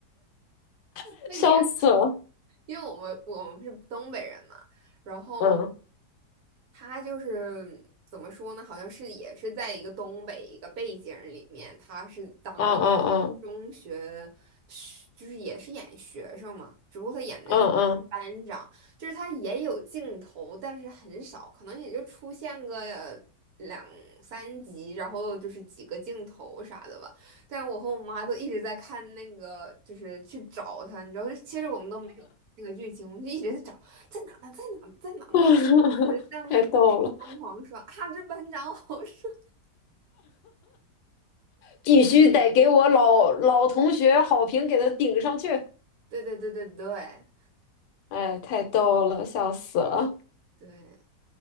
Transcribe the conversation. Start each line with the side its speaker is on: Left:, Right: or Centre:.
Left: <laughs>
Right: 他演，
Left: 笑死了。
Right: 因为我们我们是东北人嘛。然后
Left: 嗯，
Right: 他就是怎么说呢？好像是也是在一个东北一个背景里面，他是当一
Left: 嗯嗯
Right: 中学学，就是也是演学生嘛，只不过他演的就是班长，
Left: 嗯嗯
Right: 就是他也有镜头，但是很少，可能也就出现个呃两三集，然后就是几个镜头啥的吧。但我和我妈都一直在看那个，就是去找他，你知道，就其实我们都没有那个剧情，我们就一直在找，在哪呢？在哪呢？在哪呢？
Left: 嗯，<laughs>
Right: 你的弹幕上疯狂刷，
Left: 太逗了，
Right: 啊，这班长好帅！<laughs>
Left: 必须得给我老老同学好评给他顶上去。
Right: 对对对对对
Left: 哎，太逗了，笑死了。
Right: 对